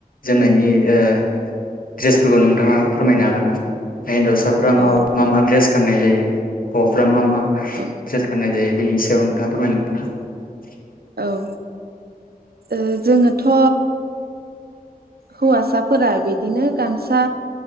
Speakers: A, on the left (about 65°); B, on the right (about 80°).
A: जोमनायनि ओ ड्रेसफोरखौ नोंथाङा फोरमायनो हागोनना? हिनजावसाफ्रा
B: औ
A: मा मा द्रेस गाननाय जायो हौवाफ्रा मा मा? मा
B: औ
A: द्रेस गान्नाय जायो मा? बेनि सायाव नोंथाङा फोरमाय <unintelligible>
B: औ ओ जोङोथ' हौवासाफोरा बिदिनो गामसा